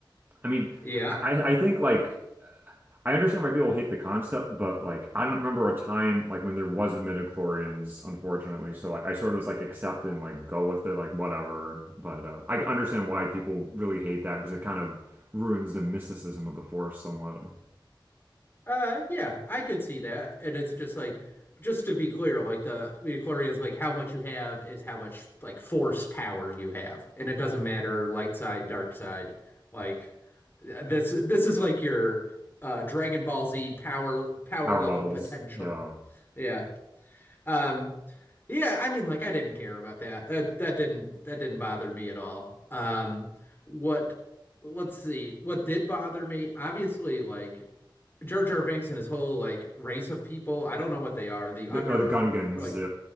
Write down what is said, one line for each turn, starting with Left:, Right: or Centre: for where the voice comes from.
Right: I mean,
Left: Yeah.
Right: I, I I think like I understand why people hate the concept, but like I don't remember a time like when there wasn't midichlorians, unfortunately. So like I sort of just like accept it and like go with it, like whatever. But uh, I understand why people really hate that because it kind of ruins the mysticism of the Force somewhat.
Left: Uh, yeah, I could see that. And it's just like, just to be clear, like the midichlorian is like how much you have is how much like force power you have. And it doesn't matter light side, dark side. Like uh, this this is like your uh Dragon Ball Z power power
Right: Power
Left: level
Right: levels,
Left: potential.
Right: yeah.
Left: Yeah. Um, yeah, I mean, like I didn't care about that. That that didn't that didn't bother me at all. Um, what let's see, what did bother me, obviously, like Jar Jar Binks and his whole like race of people. I don't know what they are. The
Right: The
Left: under
Right: oh, the Gungans,
Left: they're like